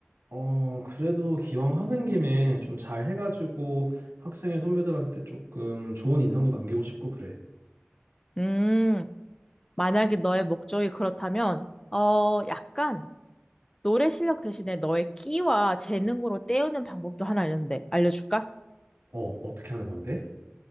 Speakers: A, on the right; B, on the left.
A: 어 그래도 기왕 하는 김에 좀 잘 해가지고 학생회 선배들한테 조금 좋은 인상도 남기고 싶고 그래.
B: 음. 만약에 너의 목적이 그렇다면, 어, 약간 노래 실력 대신에 너의 끼와 재능으로 때우는 방법도 하나 있는데, 알려줄까?
A: 어 어떻게 하는 건데?